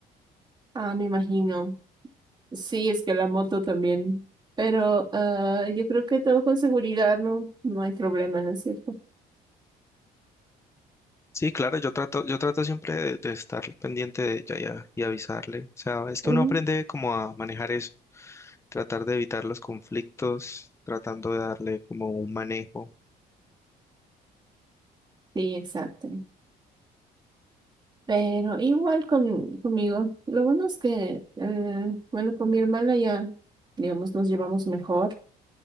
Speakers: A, on the right (about 25°); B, on the left (about 15°).
A: ah, me imagino. Sí, es que la moto también. Pero ah, yo creo que todo con seguridad, no, no hay problema, ¿no es cierto?
B: Sí, claro, yo trato, yo trato siempre de, de estar pendiente de ella y, a- y avisarle. O sea, es que
A: Ujú.
B: uno aprende como a manejar eso, tratar de evitar los conflictos, tratando de darle como un manejo
A: Sí, exacto. Pero igual con, conmigo. Lo bueno es que, eh, bueno, con mi hermana ya, digamos, nos llevamos mejor